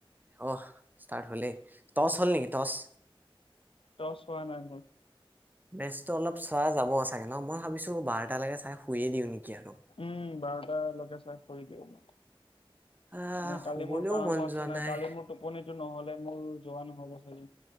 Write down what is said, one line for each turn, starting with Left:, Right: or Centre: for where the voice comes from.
Right: অঁহ ষ্টাৰ্ট হ'লেই টচ হ'ল নেকি টচ।
Left: টচ হোৱা নহয়।
Right: মেচটো অলপ চোৱা যাব চাগে ন মই ভাবিছো বাৰটালকে চাই শুয়ে দিওঁ নেকি আৰু।
Left: উম বাৰটালৈকে চাই শুই দিওঁ।
Right: আহ
Left: মানে কালি
Right: শুবলৈও
Left: মোৰ কামো
Right: মন
Left: আছে
Right: যোৱা
Left: ন
Right: নাই
Left: কালি মোৰ টোপনিতটো নহ'লে। মোৰ যোৱা নহ'ব চাগে